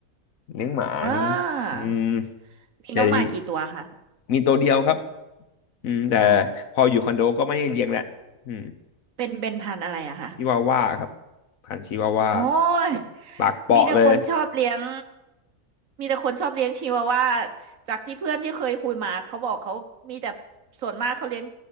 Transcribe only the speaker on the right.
อ่ามีน้องหมากี่ตัวคะ
อ๋อ
เป็นเป็นพันธุ์อะไรอะคะ
โอ้ย
มีแต่คนชอบเลี้ยงมีแต่คนชอบเลี้ยงชิวาว่าจากที่เพื่อนที่เคยคุยมาเขาบอกเขามีแต่ส่วนมากเขาเลี้ยง